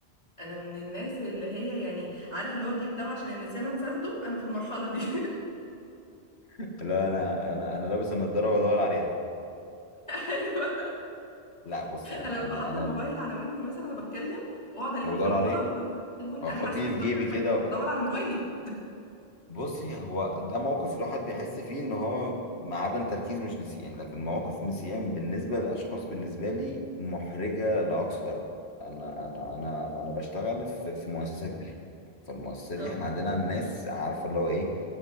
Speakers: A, on the left (about 40°); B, on the left (about 85°).
A: انا من الناس اللي هي يعني عارف اللي هو تجيب دواء عشان النسيان أنا اخده انا في المرحله دي <laughs>
B: لا انا انا انا لابس النضارة وبدور عليها
A: ايوه
B: لا بصي انا
A: انا ببقى
B: انا
A: حاطه
B: انا
A: الموبايل على ودني مثلا انا بتكلم واقعد الف
B: بدور
A: في الاوضه
B: عليه
A: واقول معايا التليفون
B: أو
A: انا
B: احط
A: حاسه
B: ايدي
A: انك بتدوري
B: في جيبي
A: على
B: كده
A: حاجه
B: وبتاع
A: بدور على موبايلي
B: بصي هو ده موقف الواحد بيحس فيه ان هو مع عدم تركيز مش نسيان لكن مواقف النسيان بالنسبه للاشخاص بالنسبه لي محرجه لاقصى درجه انا انا انا انا بشتغل في, في مؤسسه كبيره فالمؤسسه دي
A: اه
B: احنا عندنا الناس عارفه اللي هو ايه